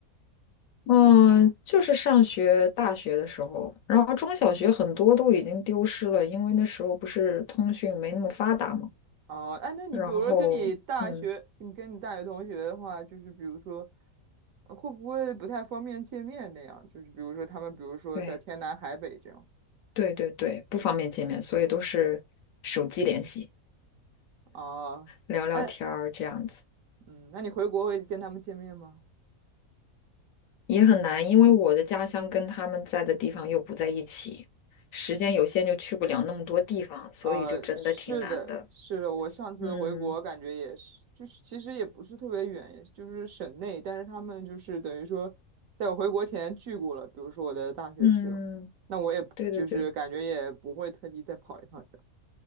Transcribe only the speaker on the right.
哦，哎，那你比如说跟你大学，
你跟你大学同学的话，就是比如说，呃会不会不太方便见面那样？就是比如说他们，比如说在天南海北这样。
啊，
哎，嗯，那你回国会跟他们见面吗？
啊，是的，是的，我上次回国感觉也是，
就是其实也不是特别远，就是省内，但是他们就是等于说，在我回国前聚过了，比如说我的大学室友，
那我也不就是感觉也不会特地再跑一趟这样